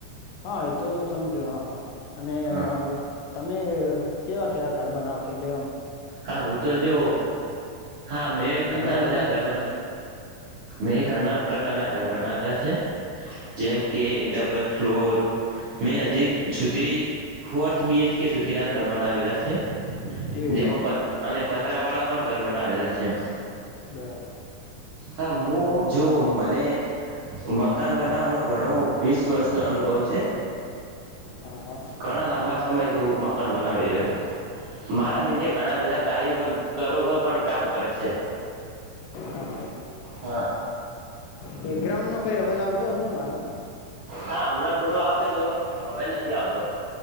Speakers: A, on the left; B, on the right.
A: હા એ તો સમજો હા હા અને
B: હા
A: તમે કેવા કે આ ઘર બનાવ છે એટલે એમ
B: હા હું તો જો હા મેં ઘણા
A: એ ટાઈપના
B: બધા ગરબાના મેં ઘણા પ્રકારના ઘર બનાવેલા છે જેમ કે ડબલ ફ્લોર મેં હજી સુધી ફોર્થ બીચકે સુધી ના ઘર બનાવેલા છે
A: એવું
B: જેમાં
A: હમ
B: અને પતરા વાળા પણ ઘર બનાવેલા છે
A: બરાબ
B: હા હું જો મને મકાન બ નો ઘણો વીસ વર્ષ અનુભવ છે
A: હા હા
B: ઘણા લાંબા સમય એવું મકાન બનાવી રહ્યો છે મારા
A: હા
B: નીચે બધા કારી પણ કામ કરે છે
A: હા
B: હ
A: બેકગ્રાઉન્ડ નો કઈ અવાજ આવતો હતો મારા
B: હા હમણાં થોડો આવે તો હવે નથી આવતો